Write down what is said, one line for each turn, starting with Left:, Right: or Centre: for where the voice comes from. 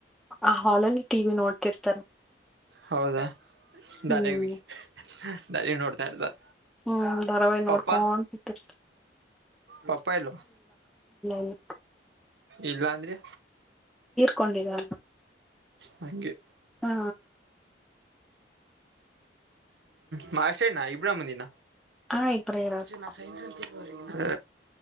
Centre: ಆ ಹಾಲಲ್ಲಿ ಟಿವ ವಿ ನೋಡ್ತಿರ್ತಾರೆ
Right: ಹೌದಾ
Centre: ಹ್ಮ್
Right: ದರಿವಿ ದರಿವಿ ನೋಡ್ತಾ ಇರ್ತಾರ
Centre: ಹ್ಮ್ ಧಾರಾವಹ ನೋಡ್ಕೊಟ್ಟ
Right: ಪಪ್ಪ ಪಪ್ಪ ಇಲ್ವಾ
Centre: ಇಲ್ಲ
Right: ಇಲ್ಲಾ ಅಂದ್ರಿ
Centre: ಕೊಂಡಿರಲ್ಲ
Right: ಹಗೆ
Centre: ಹಾ
Right: ಹ್ಮ್ ಅಷ್ಟೇನಾ ಇಬ್ರಾಮನಿನ
Centre: ಹಾ ಇಬ್ರೇ ಇರೋದು
Right: ಚ ನ ಸ ಹ